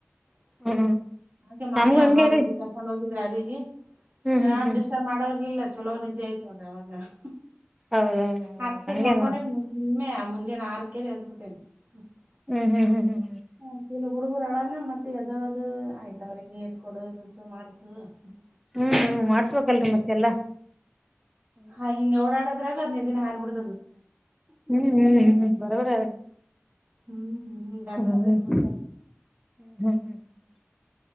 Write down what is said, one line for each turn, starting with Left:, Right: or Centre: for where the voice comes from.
Right: <unintelligible>
Centre: ಹ್ಮ್
Right: ಅದೆ ಮೊನ್ನೆ
Centre: ನಮ್ಗು ಹಂಗೇರಿ
Right: ಅಮ್ಮರು ಊರಿಗೆ ಕರ್ಕೊಂಡ್ ಹೋಗಿದ್ದ. <unintelligible> ಅದಿಗೆ
Centre: ಹ್ಮ್ ಹ್ಮ್
Right: ಯಾರು
Centre: ಹ್ಮ್
Right: ಡಿಶಬ್ ಮಾಡೋಲಿಲ್ಲ ಚಲೋ ನಿದ್ದೆ ಆಯ್ತೋರೀ ಅವಾಗ. <unintelligible>
Centre: ಹೌದೌದೌದು
Right: ಹತ್ತ
Centre: ಹಂಗೆ
Right: ಮಕಡ
Centre: ನೋಡ್ರಿ
Right: ಮು. <unintelligible> ಮುಂಜಾನಾನ ಆರು ಕರೆ ಅದಬಿಟ್ಟೇನೆ. <unintelligible>
Centre: ಹ್ಮ್ ಹ್ಮ್ ಹ್ಮ್ ಹ್ಮ್ ಹ್ಮ್
Right: ಇಲ್ಲಿ ಹುಡುಗರ ಅಳಾನ ಮತ್ತೆ ಎದೊಳದ ಆಯ್ತ ಅವ್ರಗ್ ನೀರ್ ಕೊಡು ದಸು ಮಾಡಸು. <unintelligible>
Centre: ಹ್ಮ್ ಮಾಡ್ಸ್ಬೇಕಲ್ರಿ ಮತ್ತೆ ಎಲ್ಲಾ. <unintelligible>
Right: ಹಾ ಹಿಂಗ ಓಡ್ರಾಗದ್ ಹದಿನೈದು ದಿನ ಹಾರ್ಬಿಡ್.
Centre: ಹ್ಮ್ ಹ್ಮ್ ಹ್ಮ್ ಬರಬರ ಆ. <unintelligible>
Right: ಹ್ಮ್. <unintelligible>
Centre: ಹ್ಮ್
Right: ನೋಡ್ರಿ
Centre: ಹ್ಮ್
Right: ಮತ್ತ
Centre: ಹ್ಮ್ ಹ್ಮ್ ಹ್ಮ್ ಹ್ಮ. <unintelligible>